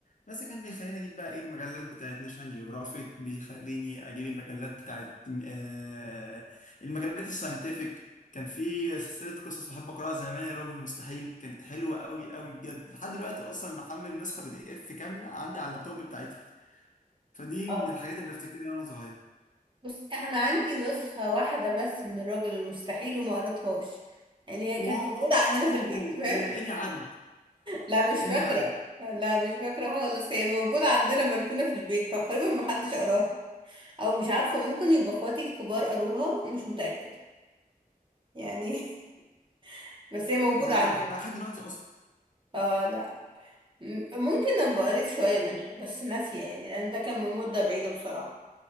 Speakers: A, on the left (about 60°); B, on the right (about 35°).
A: بس كان بيخليني اجيب بقى ايه المجلات بتاعت ناشونال جيوغرافيك بيخليني اجيب المجلات بتاعت آه المجلات الساينتفك كان في سلسله قصص بحب اقراها زمان يا راجل مستحيل كانت حلوه قوي قوي بجد لحد دلوقتي اصلا محمل نسخه بي دي اف كامله عندي على اللابتوب بتاعتها فدي
B: اه
A: من الحاجات اللي افتكرها وانا صغير
B: بص انا عندي نسخة واحدة بس من الراجل المستحيل وما قريتهاش يعني هي
A: واو
B: كانت موجودة عندنا في البيت فاهم
A: آه اني عدد
B: لا مش
A: اني
B: فاكرة
A: عدد
B: لا مش فاكرة خالص هي موجودة عندنا مركونة في البيت تقريبا محدش قراها او مش عارفة ممكن يبقى اخواتي الكبار قروها مش متأكدة يعني <laughs> بس هي موجودة
A: لا
B: عندنا
A: انا بحبها لحد دلوقتي اصلا
B: اه لا م- ممكن ابقى قريت شوية منها بس ناسية يعني لان ده كان من مدة بعيدة بصراحة